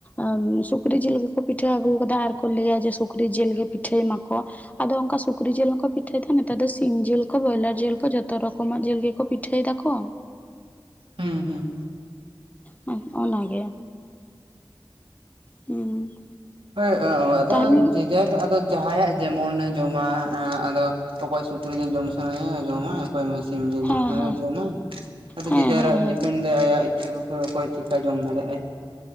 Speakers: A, on the left; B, on the right.
A: ᱟᱸ ᱥᱩᱠᱨᱤ ᱡᱤᱞ ᱜᱮᱠᱚ ᱯᱤᱴᱷᱟᱹ ᱟᱹᱜᱩ ᱠᱟᱫᱟ ᱟᱨᱠᱚ ᱞᱟᱹᱭᱟ ᱡᱮ ᱥᱩᱠᱨᱤ ᱡᱤᱞ ᱜᱮ ᱯᱤᱴᱷᱟᱹᱭ ᱢᱟᱠᱚ᱾ ᱟᱫᱚ ᱚᱱᱠᱟ ᱥᱩᱠᱨᱤ ᱡᱤᱞ ᱦᱚᱸᱠᱚ ᱯᱤᱴᱷᱟᱹᱭ ᱛᱟᱦᱮᱸᱱᱟ ᱱᱮᱛᱟᱨ ᱫᱚ ᱥᱤᱢ ᱡᱤᱞ ᱠᱚ, ᱵᱚᱭᱞᱟᱨ ᱡᱤᱞ ᱠᱚ ᱡᱷᱚᱛᱚ ᱨᱚᱠᱚᱢᱟᱜ ᱡᱤᱞ ᱜᱮᱠᱚ ᱯᱤᱴᱷᱟᱹᱭ ᱫᱟ ᱠᱚ᱾
B: ᱦᱩᱸ ᱦᱩᱸ᱾
A: ᱦᱩᱸ ᱚᱱᱟᱜᱮ᱾ ᱦᱩᱸ᱾
B: ᱦᱳᱭ ᱚ-ᱟᱫᱚ
A: ᱛᱟᱦᱚᱞᱮ
B: ᱡᱮ ᱡᱟᱨ ᱟᱫᱚ ᱡᱟᱦᱟᱸᱭᱟᱜ ᱡᱮᱢᱚᱱᱮ ᱡᱚᱢᱟ ᱟᱫᱚ ᱚᱠᱚᱭ ᱥᱩᱠᱨᱤ ᱡᱤᱞ ᱡᱚᱢ ᱥᱟᱱᱟᱭᱮᱭᱟ ᱡᱚᱢᱟᱭ, ᱚᱠᱚᱭ ᱥᱤᱢ ᱡᱤᱞ
A: ᱦᱮᱸ
B: ᱡᱚᱢ ᱥᱟᱱᱟᱭᱮᱟ
A: ᱦᱮᱸ
B: ᱡᱚᱢᱟᱭ᱾ ᱟᱫᱚ
A: ᱦᱮᱸ
B: ᱡᱮ ᱡᱟᱨᱟᱜ
A: ᱦᱮᱸ
B: ᱰᱤᱯᱮᱱᱰ
A: ᱦᱮᱸ
B: ᱫᱟᱭ ᱟᱭᱟᱜ ᱤᱪᱪᱷᱟᱹ <unintelligible> ᱚᱠᱚᱭ ᱪᱤᱠᱠᱟᱭ ᱡᱚᱢ ᱫᱟᱲᱮᱭᱟᱜ-ᱟᱭ᱾